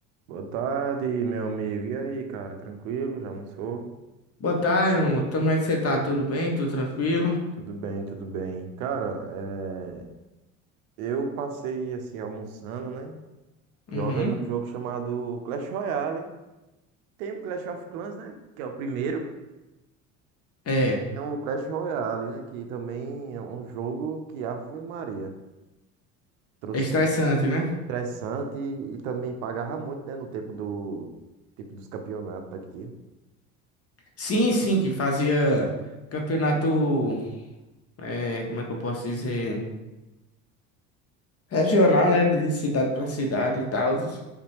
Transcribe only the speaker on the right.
Boa tarde, meu amigo. E aí, cara, tranquilo? Já almoçou?
Tudo bem, tudo bem. Cara, é, eu passei assim almoçando, né? Jogando
um jogo chamado Clash Royale. Tem o Clash of Clans, né? Que é o primeiro.
Tem o Clash Royale, né? Que também é um jogo que Ave Maria trouxe
muito
estressante e, e também pagava muito, né? No tempo do tipo dos campeonatos daqui.